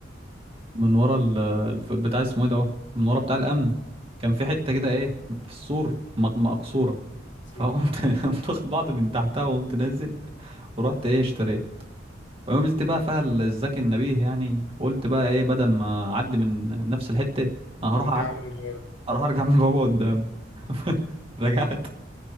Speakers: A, on the right (about 30°); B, on the left (about 85°).
A: من ورا ال الف- بتاع اسمه ايه ده اهو من ورا بتاع الامن كان في حته كده ايه في السور مق- مقصوره
B: صوره
A: فقمت <laughs> قمت واخد بعض من تحتها وقمت نازل ورحت ايه اشتريت وعملت بقى فيها الذكي النبيه يعني قلت بقى ايه بدل ما اعدي من نفس الحته انا هروح
B: ارجع
A: اعدي
B: لي للغايه
A: اروح ارجع <laughs> من بابا قدام <laughs> رجعت